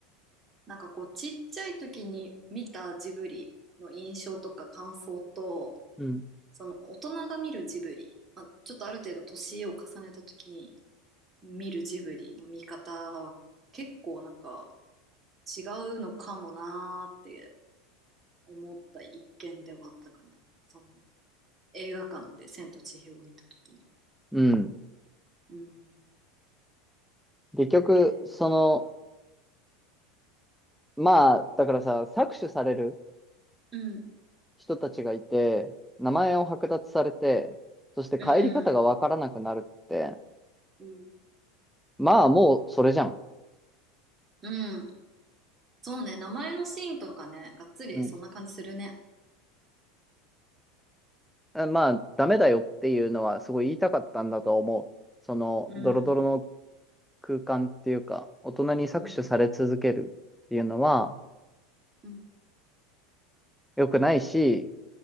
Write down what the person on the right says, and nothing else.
なんかこう、ちっちゃい時に見たジブリの印象とか感想と、
その大人が見るジブリ、まあ、ちょっとある程度年を重ねた時に見るジブリの見方は結構なんか違うのかもなーって思った一見ではあったかな。その映画館で千と千尋を見た時に。
うん。
それ結構思ったかな。
うん。
うん。うん。
うん。そうね。名前のシーンとかね、がっつりそんな感じするね。
うん、
うん、うん、